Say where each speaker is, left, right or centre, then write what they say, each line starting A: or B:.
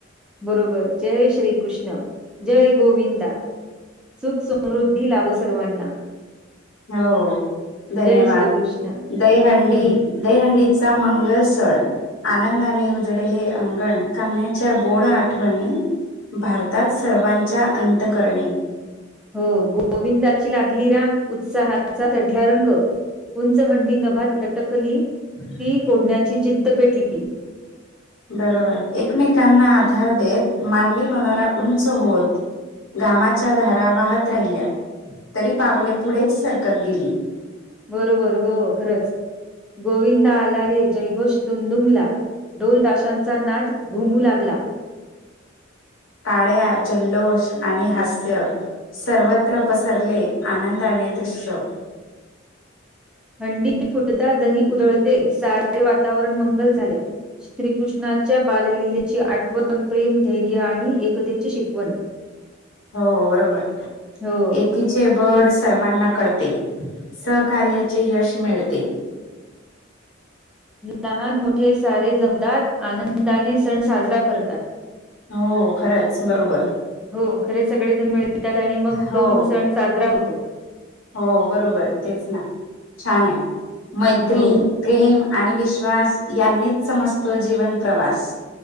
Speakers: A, in the centre; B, on the left.
A: बरोबर! जय श्री कृष्ण! जय गोविंदा! सुख समृद्धी लाभो सर्वांना.
B: हो, धन्यवाद!
A: जय श्रीकृष्ण.
B: दहीहंडी
A: हं.
B: दही हांडीचा मंगल सण आनंदाने उजळले अंगण. कन्याच्या गोड आठवणी भरतात सर्वांच्या अंतकरणे.
A: हो. गोविंदाची लागली रांग, उत्साहाचा चढला रंग. उंच हंडी नभात लटकली,
B: <inaudible>
A: ती फोडण्याची जिद्द पेटली.
B: बरोबर! एकमेकांना आधार देत, मानवी मनोरा उंच होत घामाच्या धारा वाहत राहिल्या, तरी पावले पुढेच सरकत गेली.
A: बरोबर हो खरंच गोविंदा आला रे जयघोष दुमदुमला. ढोल ताशांचा नाद घुमू लागला..
B: टाळ्या जल्लोष आणि हास्य, सर्वत्र पसरले आनंदाने दृश्य.
A: हंडी फुटता दही उधळते, सारे वातावरण मंगल झाले. श्री कृष्णाच्या बाललीलेची आठवण प्रेम, धैर्य आणि एकतेची शिकवण.
B: हो बरोबर
A: हो
B: ए कीचे बळ सर्वांना कळते, सहकार्याचे यश मिळते.
A: लहान मोठे सारे जमतात, आनंदाने सन साजरा करतात.
B: हो खरंच बरोबर.
A: हो खरं सगळेजण मिळतात, आणि मग
B: हो
A: तो सण साजरा होतो.
B: हो बरोबर तेच ना छान आहे मैत्री,
A: हो
B: प्रेम आणि विश्वास यांनीच समजतो जीवन प्रवास.